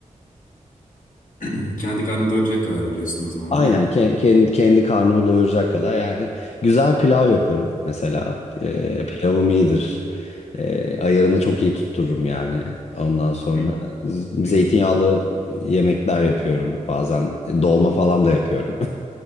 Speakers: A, on the left; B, on the left.
A: <clears throat> Kendi karnını doyuracak kadar biliyorsun o zaman
B: aynen
A: değil mi?
B: ke- kendi, kendi karnımı doyuracak kadar yani güzel pilav yaparım mesela E,
A: Hmm.
B: pilavım iyidir. E, ayarını çok iyi tuttururum yani. Ondan sonra
A: Ne,
B: z-
A: ne
B: zeytinyağlı
A: güzel.
B: yemekler yapıyorum bazen. E, Dolma falan da yapıyorum.